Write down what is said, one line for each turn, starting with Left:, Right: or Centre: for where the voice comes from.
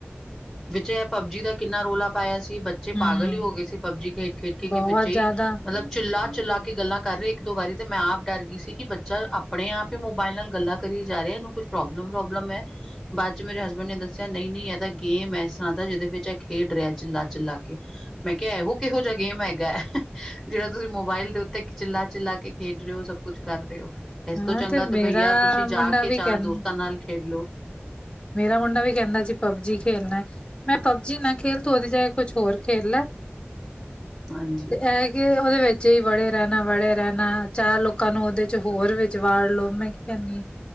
Centre: ਵਿੱਚ ਐ ਪਬਜੀ ਦਾ ਕਿੰਨਾ ਰੋਲਾ ਪਾਇਆ ਸੀ ਬੱਚੇ
Left: ਹਮ
Centre: ਪਾਗਲ ਈ ਹੋ ਗਏ ਸੀ ਪਬਜੀ ਖੇਡ ਖੇਡ ਕੇ
Left: ਬਹੁਤ
Centre: ਕੇ ਬੱਚੇ
Left: ਜ਼ਿਆਦਾ
Centre: ਈ ਮਤਲਬ ਚਿੱਲਾ ਚਿਲਾ ਕੇ ਗੱਲਾਂ ਕਰ ਰੇ ਇੱਕ ਦੋ ਵਾਰੀ ਤੇ ਮੈਂ ਆਪ ਡਰ ਗੀ ਸੀ ਕਿ ਬੱਚਾ ਆਪਣੇ ਆਪ ਈ ਮੋਬਾਇਲ ਨਾਲ ਗੱਲਾਂ ਕਰੀ ਜਾ ਰਿਆ ਏਨੂੰ ਕੁਛ ਪ੍ਰੋਬਲਮ ਵੋਬਲਮ ਐ ਅੱਜ ਮੇਰੇ ਹਸਬੈਂਡ ਨੇ ਦੱਸਿਆ ਨਈ ਨਈ ਏਤਾ ਗੇਮ ਐ ਇਸ ਤਰ੍ਹਾਂ ਦਾ ਜਿਦੇ ਵਿੱਚ ਐ ਖੇਡ ਰਿਆ ਚੀ ਚਲਾ ਕੇ ਮੈਂ ਕਿਆ ਇਹੋ ਕਿਹੋ ਜਾ ਗੇਮ ਹੈਗਾ ਜੇੜਾ ਤੁਸੀਂ ਮੋਬਾਇਲ ਦੇ ਉ ਤੇ ਇਕ ਚਿੱਲਾ ਚਿੱਲਾ ਕੇ ਖੇਡ ਰੇ ਓ ਸਭ ਕੁੱਛ ਕਰ ਰੇ ਓ। ਇਸ
Left: ਹਾਂ
Centre: ਤੋਂ ਚੰਗਾ
Left: ਮੇਰਾ
Centre: ਤੇ ਭਈਆ ਤੁਸੀਂ ਜਾ
Left: ਮੁੰਡਾ
Centre: ਕੇ
Left: ਵੀ
Centre: ਚਾਰ
Left: ਕਹਿੰ
Centre: ਦੋਸਤਾਂ ਨਾਲ ਖੇਡਲੋ।
Left: ਮੇਰਾ ਮੁੰਡਾ ਵੀ ਕੈਂਦਾ ਜੀ ਪਬਜੀ ਖੇਲਣਾ ਮੈਂ ਪਬਜੀ ਨਾ ਖੇਲ ਤੂੰ ਓਦੀ ਜਗਾ ਤੂੰ ਕੁੱਛ ਹੋਰ ਖੇਲ ਲਾ।
Centre: ਹਾਂਜੀ।
Left: ਤੇ ਐ ਕਿ ਓਦੇ ਵਿੱਚ ਈ ਬੜੇ। ਰਹਿਣਾ ਵੜੇ ਰਹਿਣਾ ਚਾਰ ਲੋਕਾਂ ਨੂੰ ਓਦੇ ਚ ਹੋਰ ਵਿਚ ਵਾੜ ਲੋ ਮੈਂ ਕੈਨੀ